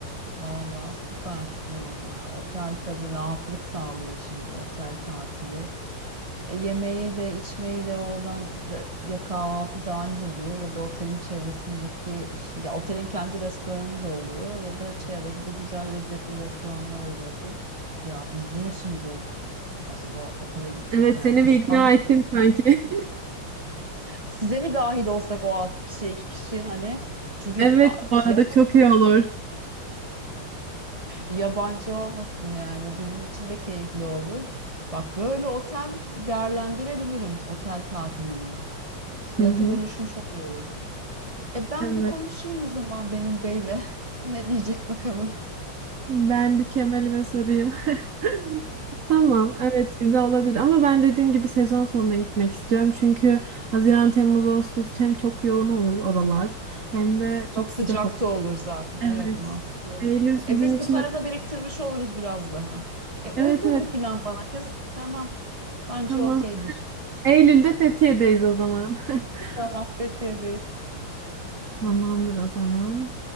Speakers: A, on the right (about 15°); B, on the right (about 50°).
A: vallahi süper planlar. Otel tabii rahatlık sağlıyor şimdi otel tatili. E, yemeği de içmeyi de oradan re- ya kahvaltı dahil oluyor ya da otelin çevresindeki işte ya otelin kendi restoranı da oluyor ya da çevrede güzel lezzetli restoranlar oluyordur. Ya biz de mi şimdi acaba otele gitsek
B: Evet
A: yani
B: seni
A: kıskandım.
B: bir ikna ettim sanki. <laughs>
A: Size mi dahil olsak o altı kişi iki kişi hani çünkü
B: Evet
A: a, fiyat
B: bu arada çok iyi olur.
A: yabancı olmasın yani bizim için de keyifli olur. Bak böyle otel değerlendirebilirim otel tatilini. Fiyatı
B: Hı hı.
A: bölüşmüş oluyoruz. E ben
B: Evet.
A: bir konuşayım o zaman benim beyle. <laughs> Ne diyecek bakalım.
B: Ben bir Kemal'ime sorayım. <laughs> Tamam, evet güzel olabilir ama ben dediğim gibi sezon sonunda gitmek istiyorum. Çünkü Haziran, Temmuz, Ağustos hem çok yoğun olur oralar hem de
A: Çok
B: çok
A: sıcak
B: sıcak olur.
A: da olur zaten.
B: Evet.
A: Evet mantıklı.
B: Eylül sizin
A: E biz
B: için.
A: de para da biriktirmiş oluruz biraz daha. E uygun
B: Evet evet
A: bu plan bana kız. Tamam. Bence
B: tamam.
A: okeydir.
B: Eylül'de Fethiye'deyiz o zaman. <laughs>
A: Tamam Fethiye'deyiz.
B: Tamamdır o zaman.